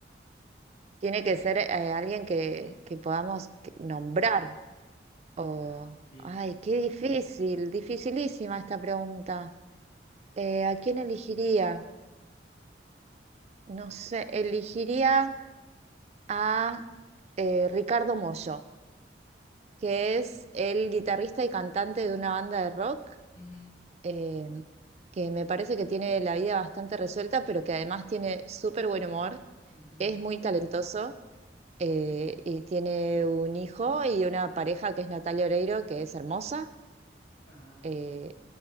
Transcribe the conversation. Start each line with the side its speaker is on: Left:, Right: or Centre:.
Right: Tiene que ser eh, alguien que, que podamos que- nombrar. O,
Left: Claro, sí.
Right: ay, qué difícil, dificilísima esta pregunta. Eh, ¿a quién elegiría? No sé, elegiría. a eh, Ricardo Mollo, que es el guitarrista y cantante de una banda de rock
Left: Ujú,
Right: eh, que me parece que tiene la vida bastante resuelta, pero que además tiene súper buen humor,
Left: ujú,
Right: es muy talentoso eh, y tiene un hijo y una pareja que es Natalia Oreiro, que es hermosa
Left: Ajá.
Right: eh,